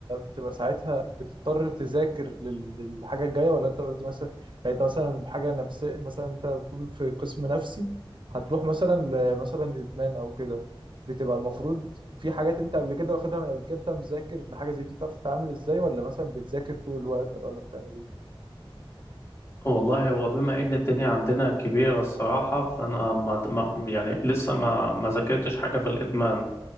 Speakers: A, on the right (about 60°); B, on the left (about 30°).
A: بتبقى ساعتها بتضطر تذاكر لل- للحاجه الجايه ولا انت قلت مثلا يعني انت مثلا حاجه نفسيه مثلا انت بتقول في قسم نفسي هتروح مثلا لمثلا ادمان او كده بتبقى المفروض في حاجات انت قبل كده واخدها من قبل كده انت مذاكر لحاجه زي دي تعرف تتعامل ازاي ولا مثلا بتذاكر طول الوقت ولا بتعمل ايه؟
B: والله هو بما ان الدنيا عندنا كبيرة الصراحة فانا ما ما- يعني لسه ما ما ذاكرتش حاجة في الادمان